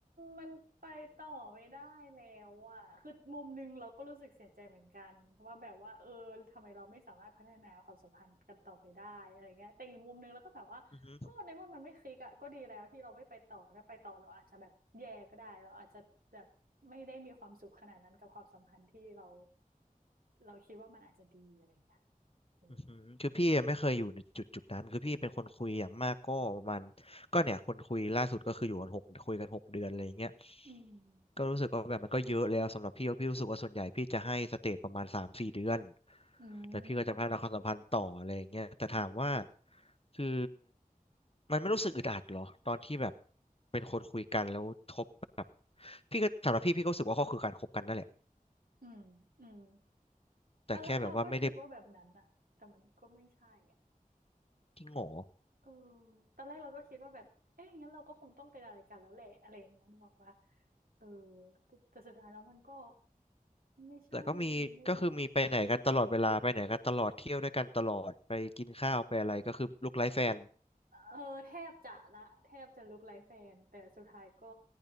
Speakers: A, on the right; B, on the left.
A: มันไปต่อไม่ได้แล้วอ่ะคือมุมหนึงเราก็รู้สึกเสียใจเหมือนกันว่าแบบว่าเออทำไมเราไม่สามารถพัฒนาความสัมพันธ์กันต่อไปได้อะไรเงี้ยแต่อีกมุมหนึงเราก็แบบว่าก็ในเมื่อมันไม่คลิกอ่ะก็ดีแล้วที่เราไม่ไปต่อถ้าไปต่อเราอาจจะแบบแย่ก็ได้เราอาจจะแบบไม่ได้มีความสุขขนาดนั้นกับความสัมพันธ์ที่เรา
B: อือหือ
A: เราคิดว่ามันอาจจะดีอะไรเงี้ยอืม
B: อือหือคือพี่ไม่เคยอยู่ในจุดจุดนั้นคือพี่เป็นคนคุยอย่างมากก็ประมาณก็เนี่ยคนคุยล่าสุดก็คืออยู่กันหกคุยกันหกเดือนอะไรอย่างเงี้ย
A: อืม
B: ก็รู้สึกว่าแบบมันก็เยอะแล้วสำหรับพี่ก็พี่รู้สึกว่าส่วนใหญ่พี่จะให้สเตจประมาณสามสี่เดือน
A: อืม
B: แล้วพี่ก็จะพัฒนาความสัมพันธ์ต่ออะไรอย่างเงี้ยแต่ถามว่าคือมันไม่รู้สึกอึดอัดเหรอตอนที่แบบเป็นคนคุยกันแล้วทบแบบพี่ก็สำหรับพี่พี่ก็รู้สึกว่าก็คือการคบกันนั่นแหละ
A: อืมอืม
B: แต่แค่แบบว่าไม่ได้
A: ตอนแรกเราก็คิดว่าแบบนั้นอ่ะแต่มันก็ไม่ใช่อ่ะ
B: ที่หงอ
A: เออตอนแรกเราก็คิดว่าแบบเอ๊ะงั้นเราก็คงต้องเป็นอะไรกันแล้วแหละอะไรอย่างเงี้ยนึกออกปะเออแต่แต่สุดท้ายแล้วมันก็ไม่ใช่
B: แต่ก็มีก็คือมีไปไหนกันตลอดเวลาไปไหนกันตลอดเที่ยวด้วยกันตลอดไปกินข้าวไปอะไรก็คือลูกไร้แฟน
A: ไม่ได้เออแทบจะละแทบจะลุกไลฟ์แฟนแต่สุดท้ายก็